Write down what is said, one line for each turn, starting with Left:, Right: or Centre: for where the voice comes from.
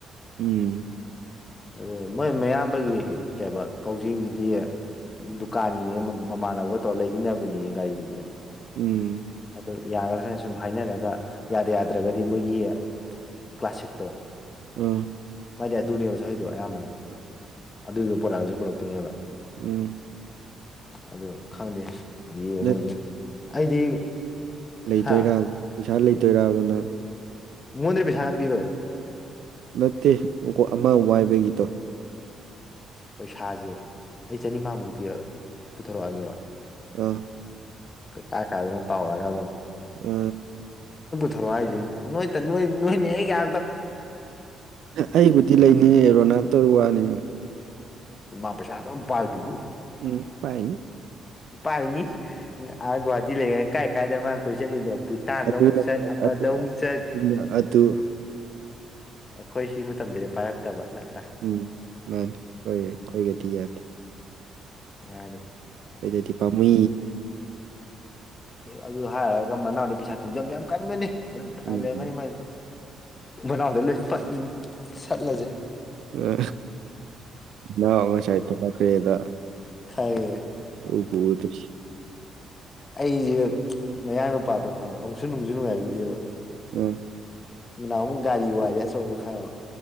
Right: ꯎꯝ
Left: ꯑꯗꯨ ꯃꯣꯏ ꯃꯌꯥꯝꯕꯒꯤ ꯀꯩꯕ ꯀꯥꯎꯖꯤꯡꯗꯨꯗꯤ ꯗꯨꯀꯥꯟꯒꯤꯅꯦ ꯃꯃꯥꯟꯅꯕꯒ ꯇꯧꯔꯒ ꯂꯩꯃꯤꯟꯅꯕꯅꯤꯅꯦ ꯒꯥꯔꯤꯗꯨꯗꯤ
Right: ꯎꯝ
Left: ꯑꯗꯨ ꯌꯥꯒꯗ꯭ꯔꯅ ꯁꯨꯝ ꯍꯥꯏꯅꯔꯒ ꯌꯥꯗ ꯌꯥꯗ꯭ꯔꯒꯗꯤ ꯃꯣꯏꯒꯤ ꯀ꯭ꯂꯥꯁꯤꯛꯇꯣ
Right: ꯎꯝ
Left: ꯃꯥꯗꯤ ꯑꯗꯨꯅꯦꯕ ꯊꯗꯣ ꯑꯌꯥꯝꯕꯅ ꯑꯗꯨꯗꯣ ꯄꯣꯔꯛꯑꯁꯨ ꯄꯨꯔꯛꯇꯣꯏꯅꯦꯕ
Right: ꯎꯝ
Left: ꯑꯗꯨ ꯈꯪꯗꯦ ꯌꯦꯡꯉꯁꯦ
Right: ꯅꯪ
Left: ꯑꯩꯗꯤ
Right: ꯂꯩꯇꯣꯏꯔ
Left: ꯍꯥ
Right: ꯄꯩꯁꯥ ꯂꯩꯇꯣꯏꯔꯕꯅ
Left: ꯃꯣꯟꯗꯒꯤ ꯄꯩꯁꯥ ꯉꯝꯕꯤꯔꯣꯏ
Right: ꯅꯠꯇꯦ ꯃꯀꯣ ꯑꯃ ꯋꯥꯏꯕꯒꯤꯇꯣ
Left: ꯄꯩꯁꯥꯁꯦ ꯑꯩ ꯆꯅꯤꯃꯥꯃꯨꯛ ꯄꯨꯊꯣꯔꯛꯑꯒꯦꯕ
Right: ꯑꯥ
Left: ꯀꯩꯀꯥꯏ ꯀꯥꯏꯗꯅ ꯇꯧꯔꯒ ꯑꯗꯨꯝ
Right: ꯑ
Left: ꯊꯧꯔꯛꯏꯁꯤꯅꯦ ꯅꯣꯏꯣꯏ ꯅꯣꯏꯅꯦ ꯑꯩꯒ
Right: ꯑꯩꯕꯨꯗꯤ ꯂꯩꯅꯤꯡꯉꯦ ꯔꯣꯅꯥꯜꯗꯣ ꯋꯥꯅꯤ
Left: ꯃꯥ ꯄꯩꯁꯥꯗ ꯄꯥꯗꯨꯕꯨ
Right: ꯎꯝ ꯄꯥꯏꯅꯤ
Left: ꯄꯥꯏꯅꯤ ꯑꯒꯨꯍꯥꯇꯤ ꯂꯩꯒꯦ ꯀꯥꯏ ꯀꯥꯏꯅꯤ ꯃꯥ ꯀꯣꯏꯁ ꯆꯠꯂꯤꯗꯣ ꯚꯨꯇꯥꯟꯗ
Right: ꯑꯗꯨꯅ
Left: ꯑꯃꯨꯛ ꯆꯠ ꯑꯃꯗ
Right: ꯑꯗꯨ
Left: ꯑꯃꯨꯛ ꯆꯠ
Right: ꯑꯗꯨꯅ ꯑꯗꯨ
Left: ꯑꯩꯈꯣꯏ ꯁꯤ ꯃꯇꯝꯗꯗꯤ ꯄꯥꯏꯔꯛꯇꯕ ꯅꯠꯇ
Right: ꯎꯝ ꯃꯥꯅꯦ ꯑꯩꯈꯣꯏ ꯑꯩꯈꯣꯏꯒꯗꯤ ꯌꯥꯗꯦ
Left: ꯃꯥꯅꯦ
Right: ꯑꯩꯈꯣꯏꯗꯗꯤ ꯄꯥꯝꯃ
Left: ꯑꯗꯨ ꯍꯥꯏꯔꯒ ꯃꯅꯥꯎꯗꯤ ꯄꯩꯁꯥ ꯇꯨꯡꯖꯟꯕ ꯌꯥꯝ ꯀꯟꯒꯅꯤ ꯐ
Right: ꯎꯝ
Left: ꯂꯩꯔꯝꯒꯅꯤ ꯃꯥꯏꯗꯤ ꯅꯥꯎꯗ ꯂꯣꯏ ꯆꯠꯂꯖꯦ
Right: ꯑ ꯏꯅꯥꯎ ꯉꯁꯥꯏ ꯊꯣꯛꯂꯛꯈ꯭ꯔꯦꯗ
Left: ꯈꯥꯏꯌꯦ
Right: ꯎꯕꯨ ꯎꯗꯔꯤ
Left: ꯑꯩꯁꯦ ꯃꯌꯥꯡ ꯅꯨꯄꯥꯥꯗꯣ ꯈꯪꯕ ꯑꯃꯨꯛꯁꯨ ꯅꯨꯡꯁꯨ ꯅꯨꯡꯉꯥꯏꯕꯤꯗꯦꯕ
Right: ꯎꯝ
Left: ꯃꯅꯥ ꯑꯃꯨꯛ ꯒꯥꯔꯤ ꯋꯥꯔꯤꯦ ꯑꯆꯧꯕ ꯈꯕ